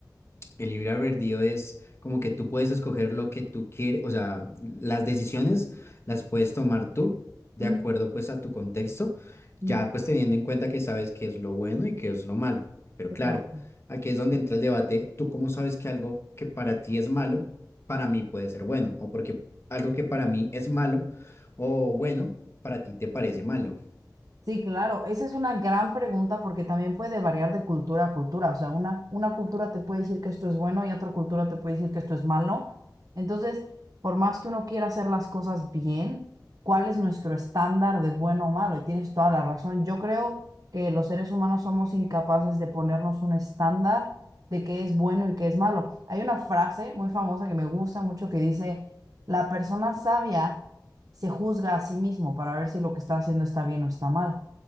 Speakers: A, on the left; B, on the right.
A: El libre albedrío es como que tú puedes escoger lo que tú quieres, o sea, las decisiones las puedes tomar tú de
B: Mm,
A: acuerdo pues a tu contexto,
B: mm,
A: ya pues teniendo en cuenta que sabes qué es lo bueno y qué es lo malo. Pero
B: es
A: claro,
B: verdad.
A: aquí es donde entra el debate, tú cómo sabes que algo que para ti es malo, para mí puede ser bueno, o porque algo que para mí es malo o bueno, para ti te parece malo.
B: Sí, claro, esa es una gran pregunta porque también puede variar de cultura a cultura. O sea, una, una cultura te puede decir que esto es bueno y otra cultura te puede decir que esto es malo. Entonces, por más que uno quiera hacer las cosas bien, ¿cuál es nuestro estándar de bueno o malo? Y tienes toda la razón. Yo creo que los seres humanos somos incapaces de ponernos un estándar de qué es bueno y qué es malo. Hay una frase muy famosa que me gusta mucho que dice, la persona sabia se juzga a sí mismo para ver si lo que está haciendo está bien o está mal.